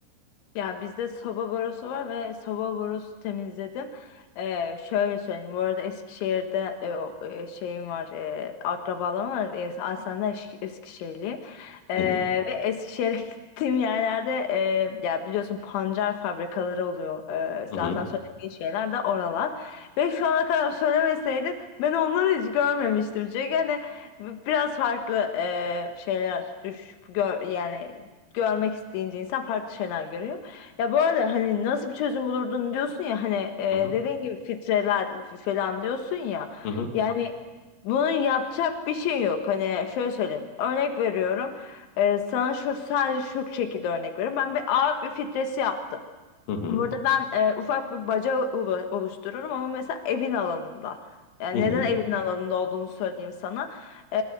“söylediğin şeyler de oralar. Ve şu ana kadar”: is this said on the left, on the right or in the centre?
Left